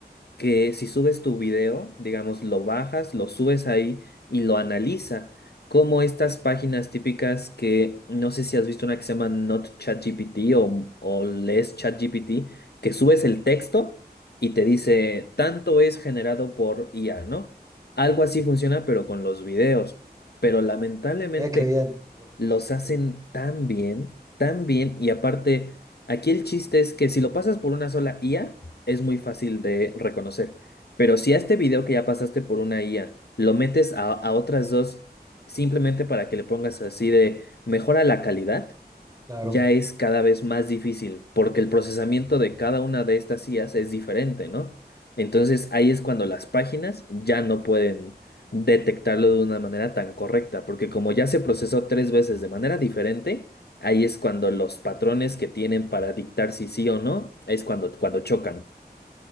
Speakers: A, on the left; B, on the right.
A: que si subes tu video, digamos, lo bajas, lo subes ahí y lo analiza, como estas páginas típicas que no sé si has visto una que se llama Not ChatGPT o, o lees ChatGPT, que subes el texto y te dice, tanto es generado por IA, ¿no? Algo así funciona, pero con los videos. Pero lamentablemente
B: Eh, qué bien, no lo conocía,
A: los hacen
B: qué bien.
A: tan bien, tan bien, y aparte, aquí el chiste es que si lo pasas por una sola IA, es muy fácil de reconocer, pero si a este video que ya pasaste por una IA, lo metes a, a otras dos simplemente para que le pongas así de mejora la calidad,
B: Claro.
A: ya es cada vez más difícil, porque el procesamiento de cada una de estas IAs es diferente, ¿no? Entonces ahí es cuando las páginas ya no pueden detectarlo de una manera tan correcta, porque como ya se procesó tres veces de manera diferente, ahí es cuando los patrones que tienen para dictar si sí o no, es cuando, cuando chocan.